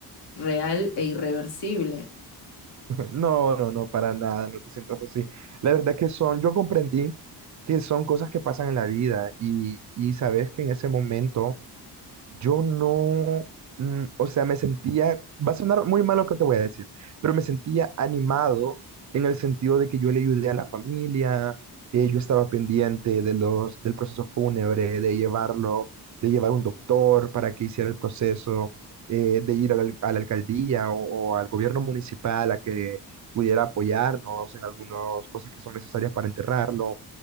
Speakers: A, on the left; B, on the right.
A: real e irreversible.
B: No, no, no, para nada, no te sientas así. La verdad que son, yo comprendí que son cosas que pasan en la vida y, y sabes que en ese momento Yo no, mm, o sea, me sentía, va a sonar muy mal lo que te voy a decir, pero me sentía animado en el sentido de que yo le ayudé a la familia, eh, yo estaba pendiente de los, del proceso fúnebre, de llevarlo, de llevar un doctor para que hiciera el proceso, eh, de ir a la, al- a la alcaldía o, o al gobierno municipal a que pudiera apoyarnos en algunas cosas que son necesarias para enterrarlo